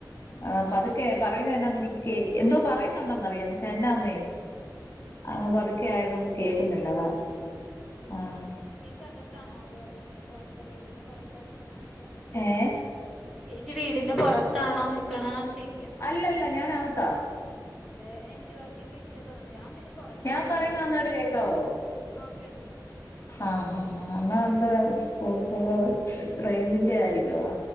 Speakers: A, on the left; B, in the centre.
A: ആഹ് പത്ക്കെ പറയുന്നെ എന്നാന്ന് എനിക്ക് കേ എന്തോ പറയുന്നുണ്ടന്നറിയാം പക്ഷെ എന്നാന്നേ ആഹ് പതുക്കെ ആയതോണ്ട് കേൾക്കുന്നില്ല
B: എന്താ
A: അതാ ആഹ്
B: ച്ചി അകത്താണോ അതോ പൊറത്ത് വീടിന്റെ പൊറത്താ നിക്കുന്നേ അതോ
A: ഏ
B: ചേച്ചി വീടിന്റെ പൊറത്താണോ നിക്കണേ ചേയ്ക്കാ
A: അല്ലല്ല ഞാനകത്താ.
B: അതെ നെറ്റ്വർക്കിന്റെ ഇഷ്യു തോന്ന്ണ് ഞാൻ പിന്നെ പുറത്താണ്
A: ഞാൻ
B: അതുകൊണ്ട്
A: പറയുന്ന നന്നായിട്ട് കേൾക്കാവോ?
B: ആ കേൾക്കണ്ട്
A: ആഹ് ആഹ് ആഹ് എന്നാഒണ്ട് പോ ഫോ റേഞ്ചിന്റെ ആയിര്ക്കുവാ